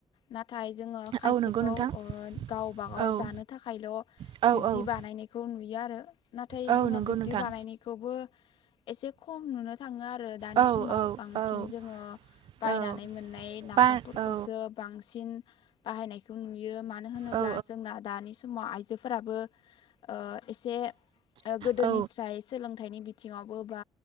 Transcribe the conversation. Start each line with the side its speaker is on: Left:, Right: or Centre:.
Left: नाथाय जोङो खायसेखौ
Right: औ नंगौ नोंथां
Left: ओ गावबागाव
Right: औ
Left: जानो थाखायल'
Right: औ
Left: बिब्दि बानायनायखौ नुयो आरो। नाथाय
Right: औ
Left: जोङो
Right: नंगौ
Left: बिब्दि
Right: नोंथां
Left: बानायनायखौबो एसे खम नुनो थाङो आरो। दानि
Right: औ
Left: समाव
Right: औ
Left: बांसिन
Right: औ
Left: जोङो बायनानै
Right: औ
Left: मोननाय नाफामफोरखौसो
Right: बा औ
Left: बांसिन बाहायनायखौ नुयो मानो होनोब्ला
Right: औ
Left: जोंना दानि समाव आइजोफोराबो ओ एसे गोदोनिस्राय
Right: औ
Left: सोलों थाइनि बिथिङावबो बा